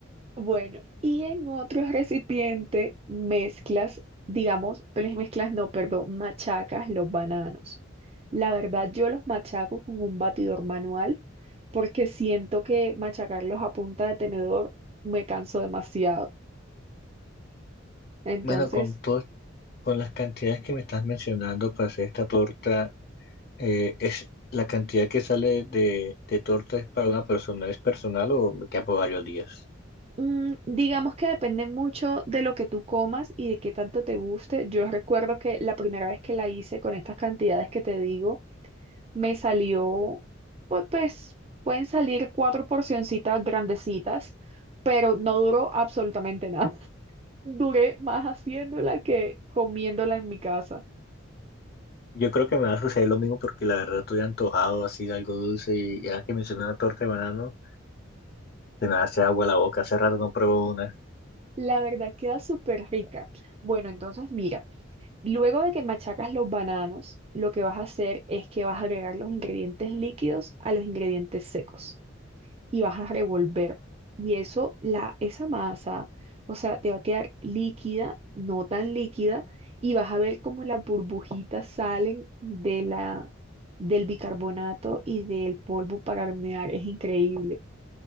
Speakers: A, on the right; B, on the left.
A: Bueno, y en otro recipiente mezclas, digamos, pero mezclas no, perdón, machacas los bananos. La verdad, yo los machaco con un batidor manual porque siento que machacarlos a punta de tenedor me canso demasiado. Entonces,
B: Bueno, con todo, con las cantidades que me estás mencionando para hacer esta torta. Eh, es la cantidad que sale de, de torta es para una persona, ¿es personal o me queda por varios días?
A: Mm, digamos que depende mucho de lo que tú comas y de qué tanto te guste. Yo recuerdo que la primera vez que la hice con estas cantidades que te digo, me salió, pues, pues pueden salir cuatro porcioncitas grandecitas, pero no duró absolutamente nada. <laughs> Duré más haciéndola que comiéndola en mi casa.
B: Yo creo que me va a suceder lo mismo porque la verdad estoy antojado así de algo dulce y ahora que mencioné una torta de banano, se me hace agua la boca, hace rato no pruebo una.
A: La verdad queda súper rica. Bueno, entonces mira. Luego de que machacas los bananos, lo que vas a hacer es que vas a agregar los ingredientes líquidos a los ingredientes secos y vas a revolver. Y eso, la, esa masa, o sea, te va a quedar líquida, no tan líquida, y vas a ver cómo las burbujitas salen de la, del bicarbonato y del polvo para hornear. Es increíble.